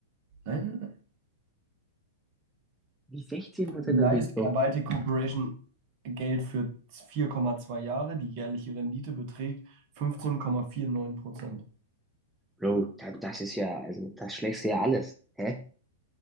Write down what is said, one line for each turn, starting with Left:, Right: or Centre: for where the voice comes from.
Right: Nein, nein, nein.
Centre: Wie 16%
Right: Du leist
Centre: Rendite, Bro?
Right: Air Baltic Corporation Geld für 4,2 Jahre. Die jährliche Rendite beträgt 15,49 Prozent.
Centre: Bro, da- das ist ja, also, das schlägst du ja alles. Hä?